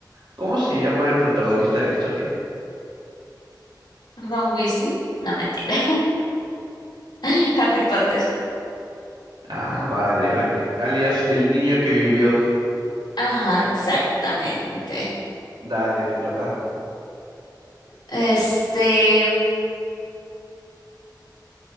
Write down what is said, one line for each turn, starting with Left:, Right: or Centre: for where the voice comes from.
Right: ¿Cómo se llama el protagonista de la historia?
Left: Ron Weasley, no mentira. <laughs> Harry Potter.
Right: Ah, vale, vale. Alias el niño que vivió.
Left: Ajá, exactamente.
Right: Dale, te toca.
Left: Este,